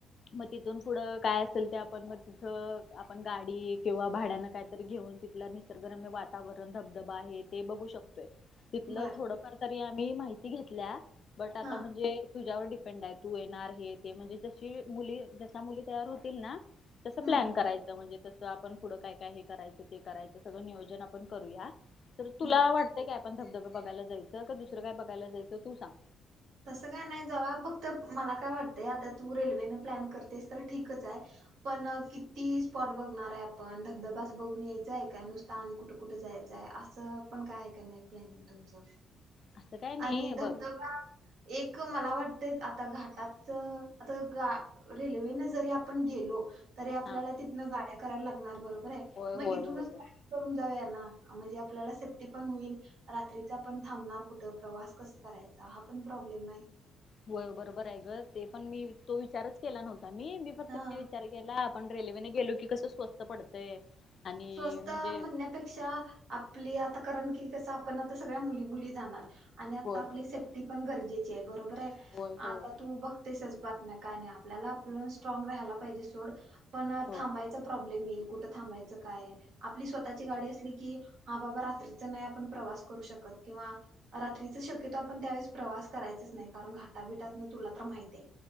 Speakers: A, on the left; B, on the right.
A: मग तिथून पुढं काय असेल ते आपण मग, तिथं आपण गाडी किंवा भाड्याना काहीतरी घेऊन, तिथला निसर्गरम्य वातावरण धबधबा आहे ते बघू शकतोय. तिथलं
B: बर
A: थोडंफार तरी आम्ही माहिती घेतल्या, बट आता
B: हा
A: म्हणजे तुझ्यावर डि पेंड हाय तू येणार हे ते, म्हणजे जशा मुली जसा मुली तयार होतील ना तसं
B: हम्म
A: प्लॅन करायचं म्हणजे तसं आपण पुढ काय काय हे करायचं, ते करायच सगळं नियोजन आपण करूया, तर तुला
B: हम्म
A: काय वाट पण धबधबबा बघायला जायंच का दुसरं काय बघायला जायचं तू सांग.
B: तसं काय नाही जाऊया, फक्त मला काय वाटतंय आता तू रेल्वेने प्लॅन करतेस तर ठीकच आहे पण किती स्पॉट बघणार हाय आपण,, धबधबाच बघून यायचंय का नुसता आणि कुठे कुठे जायचंय, असं पण काय हाय का नाही. प्लॅनिंग तुमच
A: असं काय नाही
B: आणि
A: बघ
B: धबधबा एक मला वाटतय, आता घाटाच आता गा रेल्वेन जरी आपण गेलो तरी आपल्याला
A: हा
B: तिथन गाड्या करायला लागणार बरोबर आहे,
A: होय
B: मग
A: होय
B: इथूनच
A: होय. बघ
B: करून जाऊया ना, म्हणजे आपल्याला सेफ्टी पण होईल रात्रीचा आपण थांबणार कुठं, प्रवास कसं करायचा, हा पण प्रॉब्लेम आहे
A: हो बरोबर आहे ग, ते पण मी तो विचारच केला नव्हता मी, मी फक्त
B: हा
A: काय विचार केला, आपण रेल्वेने गेलो की कसं स्वस्त पडतंय आणि
B: स्वस्त
A: म्हणजे
B: म्हणण्या पेक्षा आपली आता कारण की कसं आपण आता सगळ्या मुली मुली जाणार, आणि आता
A: होय
B: आपली
A: बरोबर
B: सेफ्टी पण गरजेची आहे बरोबर आहे,
A: होय होय
B: आता तू बघ तसच बातम्या काय नाही, आपल्याला आपण स्ट्राग राहायला पाहिजे सोड पण
A: होय
B: थांबायचा प्रॉब्लम येईल, कुठं थांबायचं काय, आपली स्वतःची गाडी असली की, हा बाबा रात्रीच नाही आपण प्रवास करू शकत, किंवा रात्रीच शक्यतो आपण त्यावेेळेस प्रवास करायचच नाही, कारण घाटाबिटात ना तुला तर माहित आहे